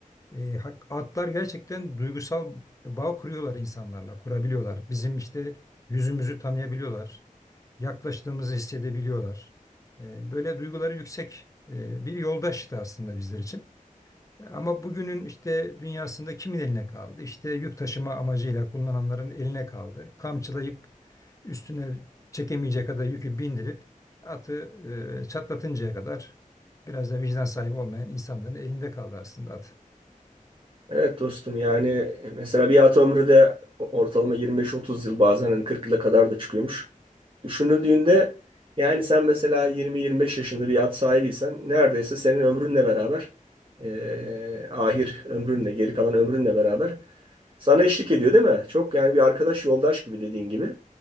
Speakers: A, on the left (about 25°); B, on the right (about 40°).
A: e, hak- atlar gerçekten duygusal bağ kuruyorlar insanlarla, kurabiliyorlar. Bizim işte yüzümüzü tanıyabiliyorlar, yaklaştığımızı hissedebiliyorlar. E, böyle duyguları yüksek e, bir yoldaştı aslında bizler için. Ama bugünün işte dünyasında kimin eline kaldı? İşte yük taşıma amacıyla kullananların eline kaldı. Kamçılayıp üstüne çekemeyecek kadar yükü bindirip atı e, çatlatıncaya kadar biraz da vicdan sahibi olmayan insanların elinde kaldı aslında at.
B: Evet dostum yani e, mesela bir at ömrü de ortalama 25-30 yıl bazen hani 40 yıla kadar da çıkıyormuş. Düşünüldüğünde yani sen mesela 20-25 yaşında bir at sahibiysen neredeyse senin ömrünle beraber eee, ahir ömrünle geri kalan ömrünle beraber sana eşlik ediyor değil mi? Çok yani bir arkadaş yoldaş gibi dediğin gibi.